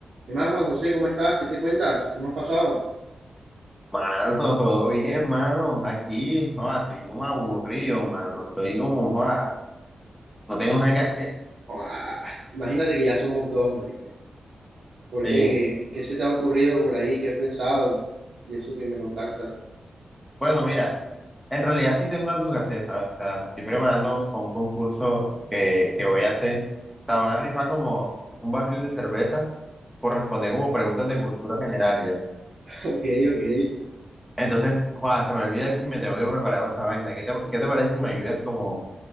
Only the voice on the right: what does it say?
¿Qué más, Juan José? ¿Cómo estás? ¿Qué te cuentas? ¿Cómo has pasado?
Ah, imagínate que ya somos dos, marica. ¿Por
qué? ¿Qué se te ha ocurrido por ahí? ¿Qué has pensado? Y eso que me contactas.
<laughs> Ok, ok.